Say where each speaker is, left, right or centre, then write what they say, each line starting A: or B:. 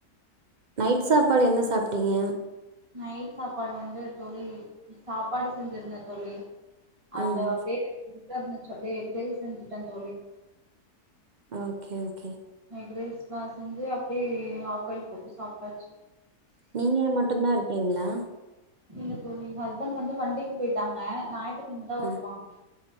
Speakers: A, on the right; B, on the right.
A: நைட் சாப்பாடு என்ன சாப்ட்டீங்க
B: நைட் சாப்பாடு வந்து தோழி சாப்பாடு செஞ்சிருந்தே தோழி அந்த
A: ம்
B: பேரு என்ன கர்னு சொல்லி எஃக் ரைஸ் செஞ்சுட்டே தோழி
A: ஓகே ஓகே
B: எஃக் ரைஸ் மாரி செஞ்சு அப் டி ஆஃப் பாயில் போட்டு சாப்ட்டாச்சு
A: நீங்க மட்டுந்தா இருக்கீங்ளா?
B: இல்ல தோழி ஹஸ்பண்ட் வந்து வண்டிக்கு போயிட்டாங்க ஞாயத்து கெழமதா வருவாங்க
A: ஆ